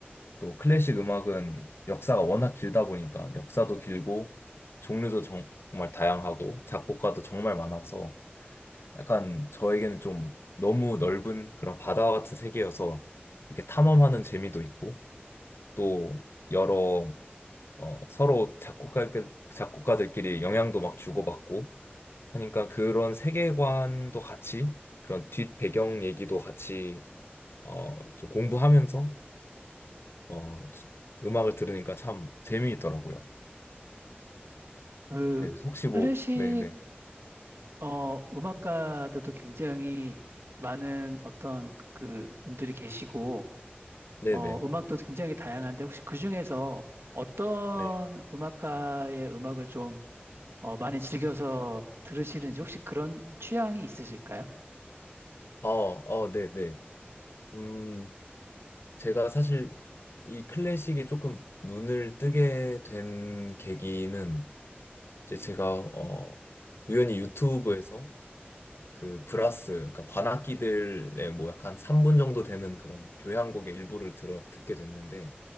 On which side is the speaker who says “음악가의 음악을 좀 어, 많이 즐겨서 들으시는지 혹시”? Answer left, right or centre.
Right